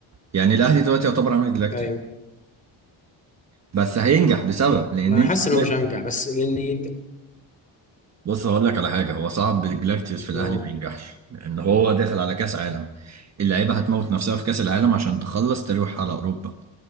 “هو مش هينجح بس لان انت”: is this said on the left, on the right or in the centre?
Left